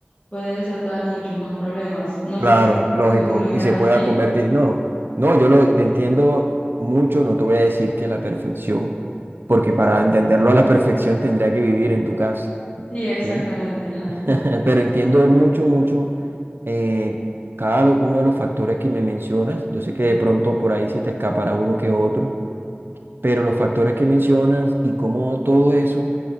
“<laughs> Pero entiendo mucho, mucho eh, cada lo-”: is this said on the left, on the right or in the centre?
Right